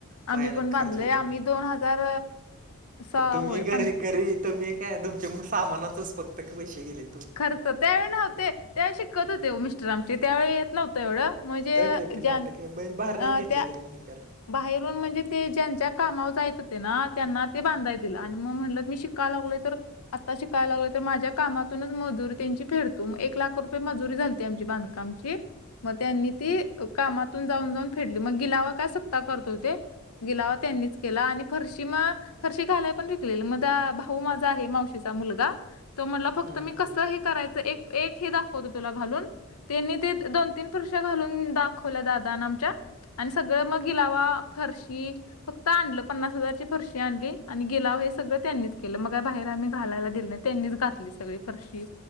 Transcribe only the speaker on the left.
आम्ही
पण बांधलय
आम्ही दोन हजार सहा
होय
पंधरा
खर्च त्यावेळी नव्हते त्यावेळी शिकत होते ओ मिस्टर आमची त्यावेळी येत नव्हतं एवढं. म्हणजे
ज्या
अ,
त्या
बाहेरून म्हणजे ते ज्यांच्या कामावर जायत होते ना त्यांना ते बांधाय दिलं आणि मग म्हणलं मी शिक का लागलं तर आता शिकायला लागले तर माझ्या कामातूनच मजुरी त्यांची फेरतो मग एक लाख रुपये मजुरी झालीती आमची बांधका कामची मग त्यांनी ती कामातून जाऊन जाऊन फेटली मग गिलावा कास आत्ता करतो ते गिलावा त्यांनीच केला आणि फरशी मग फरशी घालाय पण शिकलेलं मझा भाऊ माझा आहे मावशीचा मुलगा. त्यो म्हणला फक्त
मी कसं हे करायचं एक एक हे दाखवतो तुला घालून. त्यांनी ते दोन तीन फरश्या घालून दाखवल्या दादानं आमच्या आणि सगळं मग गिलावा फर्शी फक्त आणलं पन्नास हजारची फरशी आणली आणि गिलाव हे सगळं त्यांनीच केलं मग बाहेर आम्ही घालायला दिलं नाही. त्यांनीच घातली सगळी फरशी